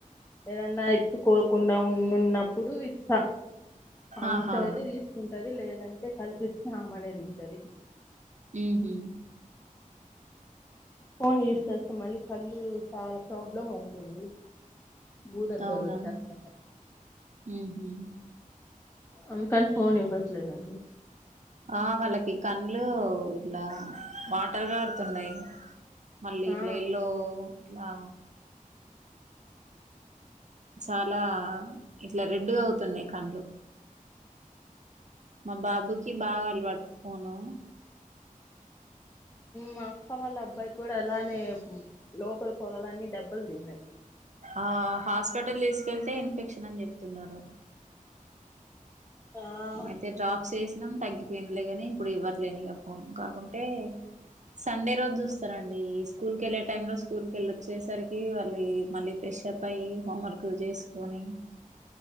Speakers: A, on the left; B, on the right.
A: ఏదన్నా ఎత్తుకోకుండా ఉన్నన్నప్పుడు ఇస్తా ఆమె
B: ఆహా
A: ఇష్టం అయితే తీసుకుంటది లేదంటే కల్పిస్తే ఆమెనె తింటది
B: ఉహు
A: ఫోన్ యూస్ చేస్తే మళ్ళీ కళ్ళు చాలా ప్రాబ్లం అవుతుంది భూదద్దాలు
B: అవునా
A: వచ్చేస్తాయి
B: ఉహు
A: అందుకని ఫోన్ ఇవ్వట్లేదండి
B: ఆ వాళ్ళకి కండ్లు ఇట్లా వాటర్ కారుతున్నాయి మళ్ళీ
A: ఆ
B: ఇట్లా ఎల్లో ఇలా చాలా ఇట్లా రెడ్గా అవుతున్నాయి కళ్లు మా బాబుకి బాగా అలవాటు ఫోను
A: మా అక్క వాళ్ళ అబ్బాయి కూడా అలానే లోపల పొరలన్నీ దెబ్బలు తిన్నాయి
B: ఆ హాస్పిటల్ తీసుకెళ్తే ఇన్ఫెక్షన్ అని చెప్తున్నారు.
A: ఆ
B: అయితే డ్రాప్స్ ఎసినాం తగ్గిపోయిందిలేగాని, ఇప్పుడు ఇవట్లేను ఇగ ఫోన్ కాకుంటే సండే రోజు చూస్తారండి. స్కూల్ కెళ్ళే టైమ్ లో స్కూల్కి వెళ్ళి వచ్చేసరికి వాళ్ళీ మళ్ళీ ఫ్రెష్ అప్ పై హోంవర్క్ చేసుకొని